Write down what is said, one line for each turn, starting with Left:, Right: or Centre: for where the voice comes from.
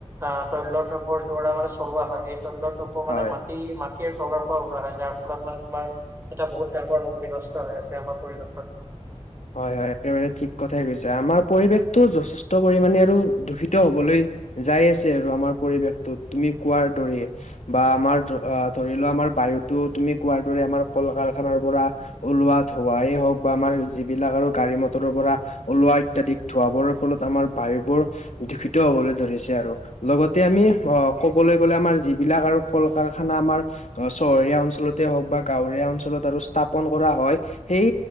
Right: অ' তৈলবৰ দা মানে চলোৱা হয় সেই তৈল,
Left: হয়
Right: মানে মাটি মাটিৰ তলৰ পৰা ওলোৱা হয় যাৰ ফলত মানে তোমাৰ এটা বহুত ডাঙৰ বিনষ্ট হৈ আছে আমাৰ পৰিৱেশত।
Left: হয়-হয় একেবাৰে ঠিক কথাই কৈছে, আমাৰ পৰিৱেশটো যথেষ্ট পৰিমামানে আৰু দূষিত হ'বলৈ যায় আছে আৰু আমাৰ পৰিৱেশটো তুমি কোৱাৰ দৰে। বা আমাৰ ধ ধৰি লোৱা আমাৰ বাহুতো তুমি কোৱাৰ দৰে আমাৰ কল কাৰখানাৰ পৰা ওলোৱা ধোৱাই হওঁক বা আমাৰ যিবিলাক আৰু গাড়ী মটৰৰ পৰা ওলোৱা ইত্যাদিক ধোৱা বৰৰ ফলত আমাৰ বায়ুবোৰ দূষিত হ'বলৈ ধৰিছে আৰু। লগতে আমি অ ক'বলৈ গ'লে আমাৰ যিবিলাক আৰু কল কাৰখানা আমাৰ অ চহৰীয়া অঞ্চলতে হওঁক বা গাঁৱৰীয়া অঞ্চলত আৰু স্থাপন কৰা হয়। সেই